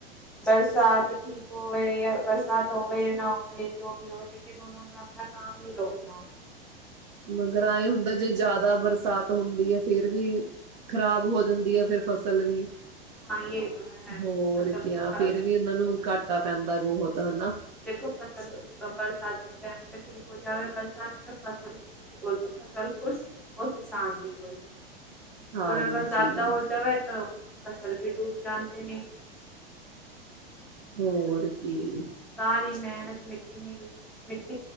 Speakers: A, in the centre; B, on the right.
A: ਬਰਸਾਤ ਠੀਕ ਹੋਵੇ ਜ ਬਰਸਾਤ ਹੋਵੇ, ਨਾ ਹੋਵੇ ਜੋ ਵੀ ਹੋਵੇ ਲੇਕਿਨ ਉਨੋ ਨੇ ਆਪਣਾ ਕਾਮ ਨੀ ਰੋਕਣਾ।
B: ਮਗਰ ਆਇ ਹੁੰਦਾ, ਜੇ ਜ਼ਿਆਦਾ ਬਰਸਾਤ ਹੁੰਦੀ, ਐ ਫੇਰ ਵੀ ਖ਼ਰਾਬ ਹੋ ਜਾਂਦੀ, ਐ ਫਿਰ ਫਸਲ ਵੀ
A: ਜੈਹ ਤੌ ਹੈ
B: ਹੋਰ
A: ਫਸਲ
B: ਕਿਆ
A: ਤੌ ਖਰਾ।
B: ਫੇਰ ਵੀ ਉਹਨਾਂ ਨੂੰ, ਘਾਟਾ ਪੈਂਦਾ ਬਹੁਤ ਹੈਨਾ।
A: ਦੇਖੋ ਫਸਲ ਆ, ਬਰਸਾਤ ਕੇ ਟਾਈਮ ਪੇ ਠੀਕ ਹੋ ਜਾਵੇ, ਬਰਸਾਤ ਤਾ ਫਸਲ। ਉਹ ਤਾਂ ਫ਼ਸਲ ਖੁਸ਼, ਉਹ ਕਿਸਾਨ ਵੀ ਖ਼ੁਸ਼।
B: ਹਾਂਜੀ
A: ਅਗਰ -ਅਗਰ, ਜਿਆਦਾ ਹੋ ਜਾਵੇ ਤਾਂ ਫਸਲ ਵੀ ਡੂਬ ਜਾਂਦੇ ਨੇ।
B: ਹੋਰ ਕੀ?
A: ਸਾਰੀ ਮਿਹਨਤ ਮਿੱਟੀ ਚ ਮਿਲ ਗਈ।